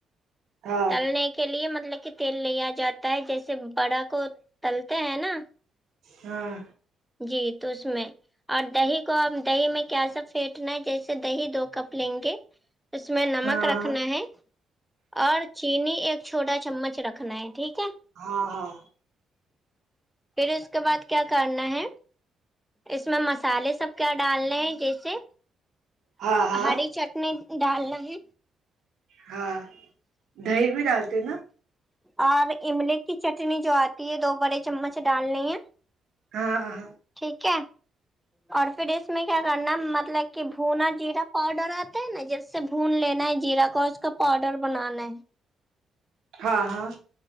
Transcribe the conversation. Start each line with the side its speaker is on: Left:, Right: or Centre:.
Right: ہاں
Centre: تلنے کے لیے مطلب کہ تیل لیا جاتا ہے جیسے بڑا کو تلتے ہیں نا
Right: ہاں
Centre: جی تو اس میں اور دہی کو دہی میں کیا سا پھینٹنا ہے جیسے دہی دو کپ لیں گے اس میں نمک
Right: ہاں
Centre: رکھنا ہے اور چینی ایک چھوٹا چمچ رکھنا ہے ٹھیک ہے
Right: ہاں ہاں
Centre: پھر اس کے بعد کیا کرنا ہے اس میں مسالے سب کیا ڈالنے ہیں جیسے
Right: ہاں ہاں ہاں
Centre: ہری چ ٹنی ڈالنا ہے
Right: ہاں دہی بھی ڈالتے نا
Centre: اور املی کی چٹنی جو آتی ہے دو بڑے چمچ ڈالنی ہے
Right: ہاں ہاں ہاں
Centre: ٹھیک ہے اور پھر اس میں کیا کرنا مطلب کہ بھونا جیرا پاؤڈر آتا ہے نا جیس اس سے بھون لینا ہے جیرا کو اور اس کا پاؤڈر بنانا ہے
Right: ہاں ہاں